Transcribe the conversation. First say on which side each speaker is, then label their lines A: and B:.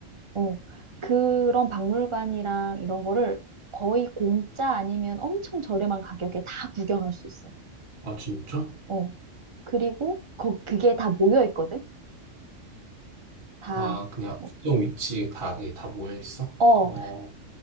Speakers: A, on the right (about 45°); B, on the right (about 25°).
A: 어, 그런 박물관이랑 이런 거를 거의 공짜 아니면 엄청 저렴한 가격에 다 구경할 수 있어.
B: 아, 진짜?
A: 어, 그리고 거, 그게 다 모여 있거든? 다,
B: 아, 그냥
A: 뭐,
B: 특정 위치에 다, 그게 다 모여 있어?
A: 어,
B: 어.